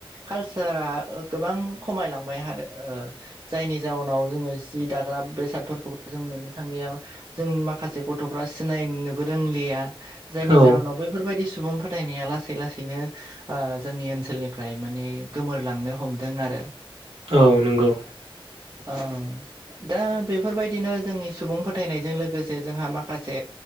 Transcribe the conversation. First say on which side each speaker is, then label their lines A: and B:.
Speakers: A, on the right (about 40°); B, on the right (about 80°).
A: कालसारा ओ गोबां खमायलांबाय आरो ओ जायनि जाउनाव जोङो जि दाग्रा बेसादफोरखौबो जों मोननो थांलिया। जों माखासे गथ'फ्रा सिनायनोबो रोंलिया। जायनि
B: औ
A: जाहोनाव बैफोरबायदि सुबुं फोथायनाया लासै लासैनो ओ जोंनि ओनसोलनिफ्राय माने गोमोरलांनो हमदों आरो
B: औ नंगौ
A: औ दा बे फोरबायदिनो जोंनि सुबुं फोथायनायजों लोगोसे जोंहा माखासे